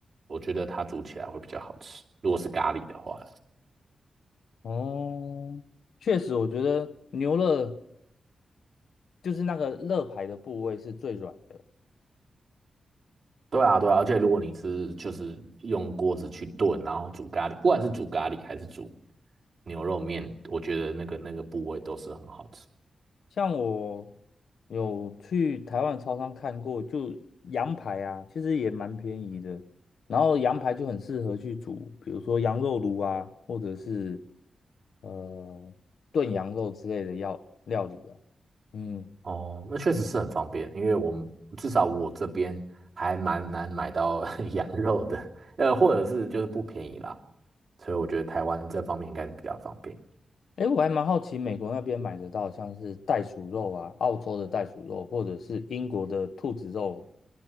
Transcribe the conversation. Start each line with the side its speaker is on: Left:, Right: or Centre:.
Right: 我觉得它煮起来会比较好吃。如果是咖喱的话。
Left: 哦，确实，我觉得牛肋就是那个肋排的部位是最软的。
Right: 对啊，对啊，而且如果你是就是用锅子去炖，然后煮咖喱，不管是煮咖喱还是煮牛肉面，我觉得那个那个部位都是很好吃。
Left: 像我有去台湾超商看过，就羊排啊，其实也蛮便宜的。然后羊排就很适合去煮，比如说羊肉炉啊，或者是呃炖羊肉之类的料料理啊。嗯。
Right: 哦，那确实是很方便，因为我们至少我这边还蛮难买到 <laughs> 羊肉的，呃，或者是就是不便宜啦，所以我觉得台湾这方面应该是比较方便。
Left: 哎，我还蛮好奇，美国那边买得到像是袋鼠肉啊，澳洲的袋鼠肉，或者是英国的兔子肉，